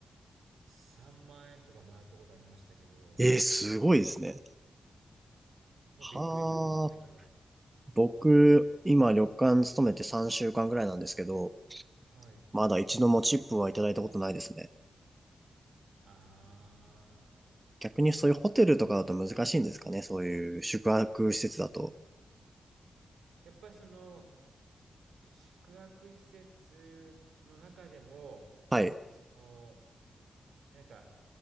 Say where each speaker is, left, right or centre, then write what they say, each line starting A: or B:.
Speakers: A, on the right; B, on the right.
A: あ、3万円とかもらったことありましたけど、
B: えー、すごいですね。
A: もうびっくりしました、
B: はあ。
A: その時は。
B: 僕、
A: うん。
B: 今旅館勤めて3週間ぐらいなんですけど、
A: はい。
B: まだ一度もチップはいただいたことないですね。
A: あー
B: 逆にそういうホテルとかだと難しいんですかねそういう宿泊施設だと。
A: やっぱりその宿泊施設の中でも
B: はい。
A: そのなんか